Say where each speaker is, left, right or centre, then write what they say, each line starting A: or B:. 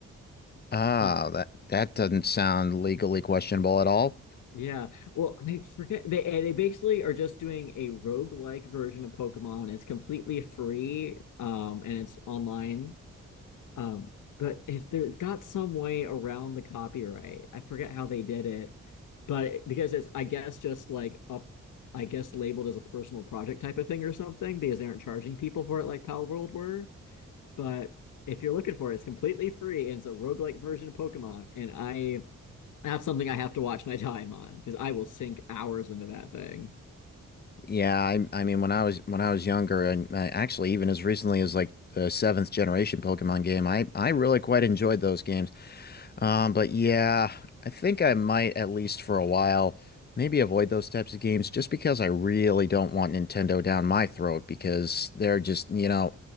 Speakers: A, on the left (about 35°); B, on the left (about 85°).
A: Ah,
B: Uh,
A: that that doesn't sound legally questionable at all.
B: yeah. Well, I forget they eh, they basically are just doing a roguelike version of Pokemon. It's completely free, um, and it's online. Um, but if they've got some way around the copyright, I forget how they did it but because it's I guess just like up I guess labeled as a personal project type of thing or something because they aren't charging people for it like Pal World were. But if you're looking for it, it's completely free and it's a roguelike version of Pokemon. And I that's something I have to watch my <laughs> time on because I will sink hours into that thing.
A: Yeah, I I mean when I was when I was younger and uh, actually even as recently as like the seventh generation Pokemon game, I I really quite enjoyed those games. Um, but yeah, I think I might at least for a while maybe avoid those types of games just because I really don't want Nintendo down my throat because they're just, you know,